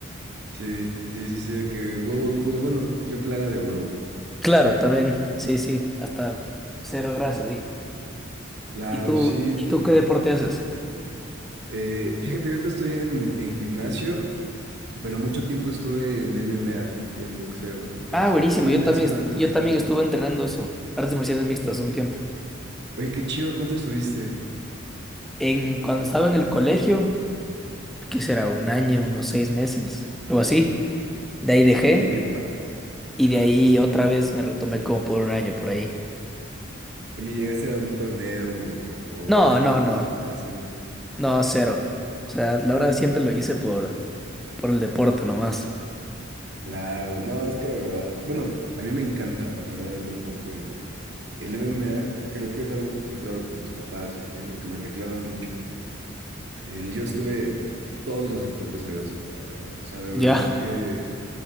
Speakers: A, on the right; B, in the centre.
A: Sí, sí, sí, sí, de que huevo duro. Bueno, yo clara de huevo.
B: Claro, también, sí, sí, hasta cero grasa ahí.
A: Claro,
B: ¿Y tú,
A: sí,
B: y
A: pero...
B: tú qué deporte haces?
A: eh, fíjate, ahorita estoy en, en gimnasio, pero mucho tiempo estuve en MMA y en boxeo. Entonces,
B: Ah, buenísimo,
A: MMA
B: yo también,
A: son
B: es-
A: artes
B: yo
A: marciales
B: también estuve
A: mixtas.
B: entrenando eso, artes marciales mixtas un tiempo.
A: Oye, qué chido, ¿cuánto estuviste?
B: En, cuando estaba en el colegio, que será un año, unos seis meses, algo así, de ahí dejé
A: Oye, qué padre.
B: y
A: Ajá.
B: de ahí otra vez me retomé como por un año por ahí.
A: Oye, ¿llegaste a algún torneo o,
B: No,
A: o tener
B: no,
A: alguna
B: no,
A: primera semi?
B: no, cero. O sea, la verdad siempre lo hice por, por el deporte nomás.
A: Claro, no, es que la verdad, bueno, a mí me encanta, la verdad, el deporte de... El MMA creo que es algo que siempre hago con mis papás y así, porque me reclaman mucho que eh, yo estuve en todos los deportes habidos y por haber. O sea, de
B: Ya.
A: verdad que,